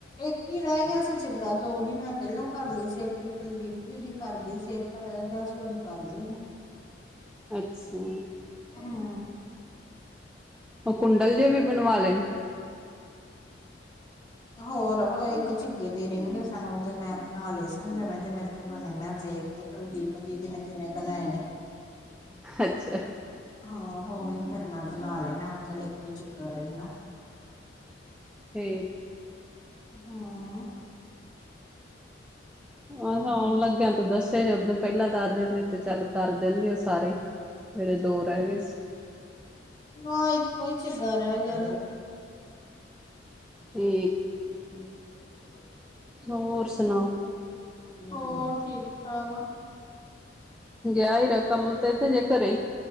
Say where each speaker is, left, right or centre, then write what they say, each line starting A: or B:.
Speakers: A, on the left (about 25°); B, in the centre.
A: ਇੱਕ ਹੀ ਰਹਿ ਗਿਆ ਸੀ ਚਿੱਗਾ ਦੋ ਦਿਨ ਮੈਂ ਪਹਿਲੋਂ ਕਰ ਲਈ ਸੀ ਇੱਕ ਦੀ ਕੁਲਦੀਪ ਦੀਦੀ ਦੀ ਕਰ ਲਈ ਸੀ ਇੱਕ। ਘਰ ਰਹਿ ਗਿਆ ਸੀ ਉਹਦੇ ਕਰ ਲੀ ਹੈ।
B: ਅੱਛਾ।
A: ਹੂੰ।
B: ਉਹ ਕੁੰਡਲ ਜਿਹੇ ਵੀ ਬਣਵਾ ਲੈਨ।
A: ਹਾ ਹੋਰ ਇੱਕ ਝਿੱਗੇ ਦੇ ਰਹਿੰਦੇ ਸਨ ਉਹਦੇ ਮੈਂ ਬਣਾ ਲਏ ਸਨ, ਜਿਵੇਂ ਦੇ ਮੇਰੇ ਤੋਂ ਬਣੇ ਮੈਂ ਵੇਖ ਕੇ। ਕੁਲਦੀਪ ਦੀਦੀ ਨੇ ਕਿਵੇਂ ਬਣਾਏ ਨੇ?
B: ਅੱਛਾ।
A: ਹਾਂ ਰੋਹੀ ਫੇਰ ਮੈਂ ਬਣਾ ਲਿਆ ਮੈਂ ਕਿਹਾ ਚੱਲ ਇੱਕੋ ਹੀ ਚਿੱਗਾ ਰਹਿ ਜਾਣਾ।
B: ਤੇ
A: ਹਾਂ।
B: ਆਹ ਆਉਣ ਲੱਗਿਆਂ ਤੂੰ ਦੱਸਿਆ ਜੇ ਓਦੋਂ ਪਹਿਲਾਂ ਦੱਸ ਦਿੰਦੇ ਤੇ ਚੱਲ ਕਰ ਦਿੰਦੇ ਸਾਰੇ। ਜਿਹੜੇ ਦੋ ਰਹਿ ਗਏ ਸੀ।
A: ਹਾਂ, ਇੱਕੋ ਹੀ ਚੰਗਾ ਰਹਿ ਗਿਆ।
B: ਤੇ
A: <inaudible>
B: ਹੋਰ ਸੁਣਾਓ।
A: ਹੋਰ ਠੀਕ-ਠਾਕ।
B: ਗਿਆ ਹੀਰਾ ਕੰਮ ਤੇ-ਤੇ ਜੇ ਘਰੇ ਹੀ